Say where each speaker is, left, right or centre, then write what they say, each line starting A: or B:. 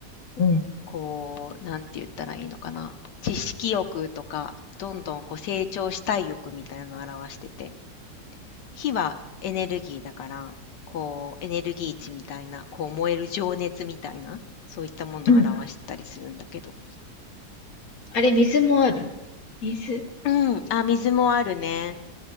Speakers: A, on the left; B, on the left.
A: うん。
B: こう、なんて言ったらいいのかな。知識欲とか、どんどんこう成長したい欲みたいなのを表してて、火はエネルギーだから、こう、エネルギー値みたいな、こう、燃える情熱みたいな、そういったものを表したりするんだけど。
A: うん。あれ、水もある水。
B: うん、あ、水もあるね。